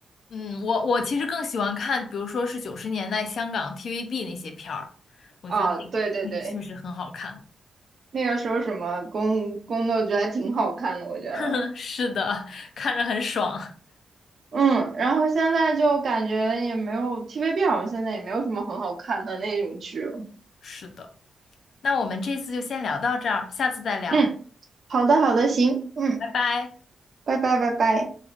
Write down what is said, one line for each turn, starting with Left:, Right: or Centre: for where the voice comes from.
Left: 嗯，我我其实更喜欢看，比如说是九十年代香港 TVB 那些片儿，我觉得那个那个确实很好看。
Right: 啊，对对对，那个时候什么宫宫斗剧还挺好看的，我觉得。
Left: <laughs> 是的，看着很爽。
Right: 嗯，然后现在就感觉也没有 TVB 好像现在也没有什么很好看的那种剧了。
Left: <laughs> 是的，那我们这次就先聊到这儿，下次再聊，
Right: 嗯，好的好的，行，嗯，
Left: 拜拜。
Right: 拜拜拜拜。